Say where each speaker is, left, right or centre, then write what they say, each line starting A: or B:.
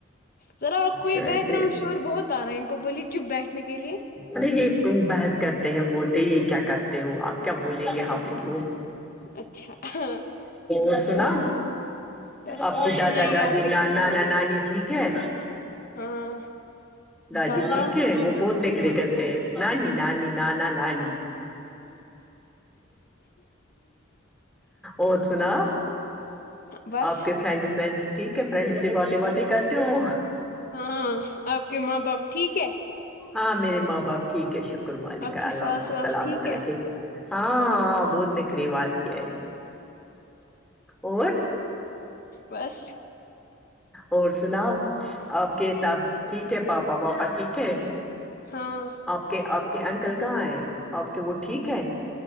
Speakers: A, on the left; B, in the centre.
A: ذرا آپ کو یہ
B: شیتری
A: بیک گراؤنڈ شور بہت آ رہا ہے ان کو بولیے چپ بیٹھنے کے لیے
B: ارے یہ تم بحث کرتے ہیں بولتے یہ کیا کرتے ہو آپ کیا بولیں گے ہم ان کو
A: اچھا ہاں
B: ا سنا
A: بس
B: آپ
A: اور
B: کی دادا
A: سنائیے
B: دادی
A: آپ ہی
B: نانا نانی ٹھیک ہے
A: ہاں
B: دادی
A: دادا
B: ٹھیک ہے وہ بہت نکرے
A: ہاں
B: کرتے ہیں نانی نانی ن نہ نہ نہیں اور سنا
A: بس
B: آپ کے فرینڈس ونڈس ٹھیک ہے فرینڈ سے باتیں باتیں کرتے ہو
A: ہاں آپ کے ماں باپ ٹھیک ہے
B: ہاں میرے ماں باپ ٹھیک ہے شکر ملک
A: آپ
B: ہے
A: کی
B: اللہ
A: ساس
B: ان کو
A: واس
B: سلامت
A: ٹھیک ہے
B: رکھے ہاں ہاں بہت نکھری والی ہے اور
A: بس
B: اور سنا آپ کے حساب ٹھیک ہے پاپا واپا ٹھیک ہے
A: ہاں
B: آپ کے آپ کہ انکل کہاں آ آپ کے وہ ٹھیک ہے